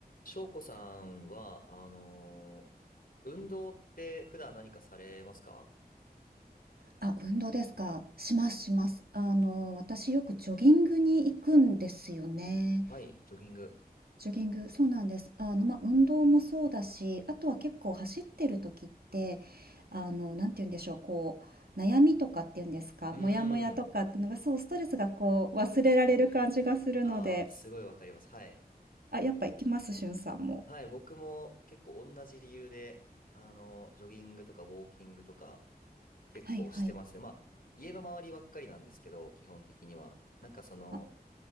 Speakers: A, on the left; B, on the right.
A: 翔子さんは、あのー運動って普段何かされますか
B: あ、運動ですか。しますします。あの、私よくジョギングに行くんですよね。
A: はい、ジョギング。
B: ジョギング、そうなんです。あの、まあ、運動もそうだし、あとは結構走ってる時って、あの、なんて言うんでしょう、こう、悩みとかっていうんですか、
A: うーん。
B: モヤモヤとかっていうのが、そう、ストレスがこう、忘れられる感じがするので、
A: あー、すごいわかります。はい。
B: あ、やっぱ行きます、しゅんさんも。
A: はい、僕も結構同じ理由で、あのージョギングとかウォーキングとか結構してますね。
B: はいはい。
A: まあ、家の周りばっかりなんですけど、基本的には。なんかその、
B: あ、